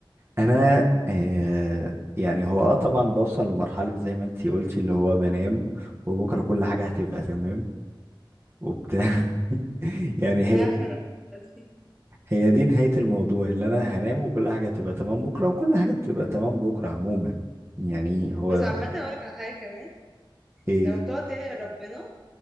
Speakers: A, on the right (about 30°); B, in the centre.
A: انا آه يعني هو اه طبعا بوصل لمرحلة زي ما انتي قلتي اللي هو بنام وبكرة كل حاجة هتبقى تمام وبتاع <laughs> يعني
B: انا
A: هي
B: عارفه
A: دي
B: انا المشكلة دي
A: هي دي نهاية الموضوع اللي انا هنام وكل حاجة هتبقى تمام بكرة وكل حاجة بتبقى تمام بكرة عموما يعني هو
B: بس عامه اقول لك على حاجه كمان
A: ايه
B: لما بتقعد تدعي لربنا